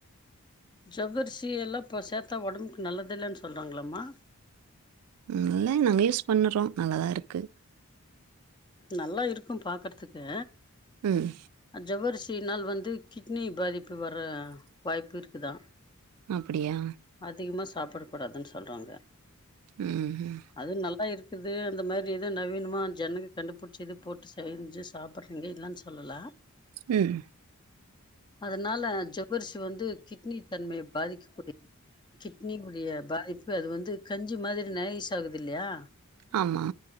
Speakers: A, on the left; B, on the right.
A: ஜவ்வரிசி எல்லா இப்ப சேத்தா ஒடம்புக்கு நல்லது இல்லன் சொல்றாங்களம்மா
B: நல்ல நாங்க யூஸ் பண்ணுறோ நல்லாதா இருக்கு
A: நல்லா இருக்கு பாக்கற்துக்கு
B: ம்
A: ஜவ்வரிசினால் வந்து கிட்னி பாதிப்பு வர வாய்ப்பு இருக்குதா
B: அப்பிடியா
A: அதிகமா சாப்படக் கூடாதுன் சொல்றாங்க
B: ம் ம்
A: அது நல்லா இருக்குது அந்த மாரி இது நவீனமா ஜனங்க கண்டுபுடிச்சு இது போட்டு செஞ்சு சாப்பற்றீங்க இல்லன் சொல்லல
B: ம்
A: அதனால ஜொ வ்வரிசி வந்து கிட்னி தன்மைய பாதிக்கக்கூடியது கிட்னியுடைய பாதிப்பு இப்ப அது வந்து கஞ்சி மாதிரி நைஸ் ஆகுது இல்லையா?
B: ஆமா.